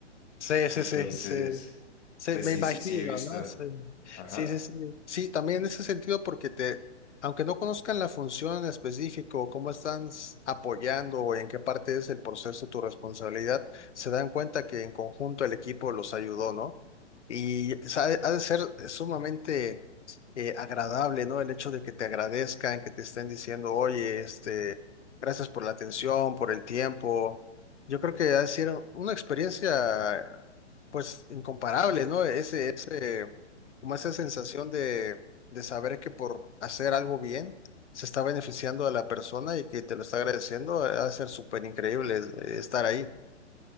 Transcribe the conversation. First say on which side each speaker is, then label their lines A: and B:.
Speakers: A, on the left; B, on the left.
A: Sí, sí,
B: Entonces,
A: sí, sí, sí. Sí,
B: pues
A: me
B: sí,
A: imagino,
B: sí, sí he visto.
A: ¿no? Sí,
B: Ajá.
A: sí, sí. Sí, Sí, también en ese sentido, porque te, aunque no conozcan la función en específico, o cómo están s- apoyando o en qué parte es el proceso tu responsabilidad, se dan cuenta que en conjunto el equipo los ayudó, ¿no? Y sa- ha de ser sumamente eh, agradable, ¿no? El hecho de que te agradezcan, que te estén diciendo, oye, este, gracias por la atención, por el tiempo. Yo creo que ha sido una experiencia pues incomparable, ¿no? Ese, ese, como esa sensación de, de saber que por hacer algo bien se está beneficiando a la persona y que te lo está agradeciendo, va a ser súper increíble eh, estar ahí.